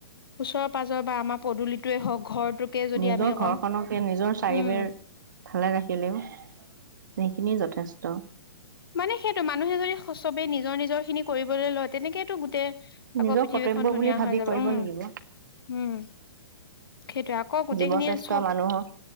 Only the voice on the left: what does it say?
ওচৰত। পাজপা আমাৰ পদুলিটোৱে হ'ক ঘৰটোকে যদি
আমি অকন,
উম
মানে সেইটো মানুহে যদি চবে নিজৰ নিজৰ ় খিনি কৰিবলৈ লয়। তেনেকেটো গোটেই আকৌ
পৃথিৱীখন
ধুনীয়া
হৈ যাব।
উম
উম সেইটোৱে আকৌ গোটেইখিনি
চ